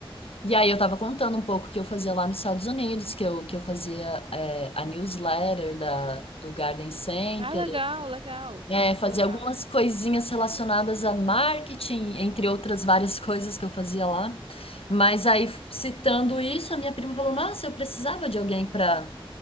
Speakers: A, on the left; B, on the right.
A: e aí eu tava contando um pouco o que eu fazia lá nos Estados Unidos, que eu, que eu fazia é, a newsletter da, do Garden Center,
B: Ah, legal, legal.
A: é,
B: Muito
A: fazia
B: legal.
A: algumas coisinhas relacionadas a marketing, entre outras várias <laughs> coisas que eu fazia lá. Mas aí, citando isso, a minha prima falou: Nossa, eu precisava de alguém para